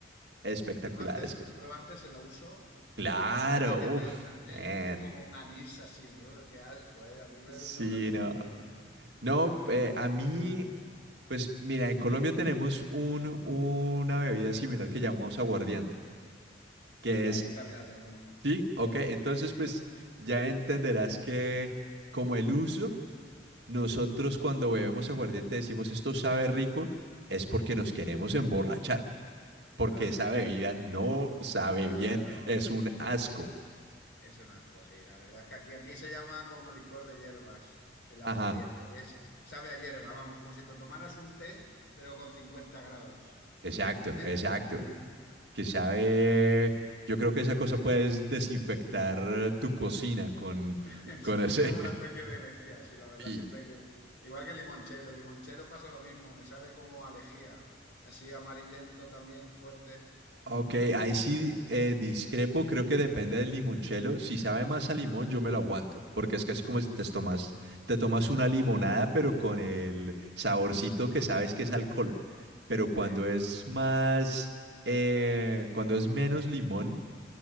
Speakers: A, on the right; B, on the left.
A: espectacular,
B: ¿Probaste,
A: es que sí.
B: probaste el ouso?
A: Claro,
B: Es la bebida que
A: uff,
B: tienen allí,
A: man.
B: que es como un anís así, brr, qué asco, ¿eh? A mí me-
A: Sí,
B: no me gusta
A: no.
B: nada.
A: No, eh, a mí, pues mira, en Colombia tenemos un, una bebida similar que llamamos aguardiente, que
B: Sí, aquí
A: es,
B: también la tenemos.
A: sí, ok,
B: Sí,
A: entonces pues ya entenderás que como el uso, nosotros cuando bebemos aguardiente decimos esto sabe rico, es porque nos queremos emborrachar, porque
B: claro.
A: esa bebida
B: O
A: no sabe
B: sea,
A: bien,
B: eh, no,
A: es un asco.
B: es un asco, sí. La verdad es que aquí, aquí se llama como licor de hierbas, el aguardiente.
A: Ajá,
B: Y es, sabe a hierba, vamos, como si te tomaras un té, pero con 50 grados.
A: exacto,
B: De- <laughs>
A: exacto.
B: de-
A: que sabe, yo creo que esa cosa puedes desinfectar tu cocina con,
B: <laughs> es
A: con ese.
B: como una especie
A: <laughs>
B: de lejía, sí, la verdad,
A: Y,
B: siempre que... Igual que el limonchelo, el limonchelo pasa lo mismo, me sabe como a lejía, así amarillento también, fuerte.
A: ok, ahí sí eh, discrepo, creo que depende del limonchelo. Si sabe más a limón, yo me lo aguanto, porque es casi como si te tomas, te tomas una limonada, pero con el saborcito que sabes que es alcohol. Pero cuando
B: Sí,
A: es más, eh, cuando es menos limón,